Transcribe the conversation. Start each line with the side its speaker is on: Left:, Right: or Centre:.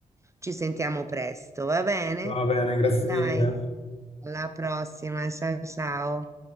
Right: Ci sentiamo presto, va bene?
Left: Va bene, grazie
Right: Dai,
Left: mille.
Right: alla prossima. Ciao, ciao.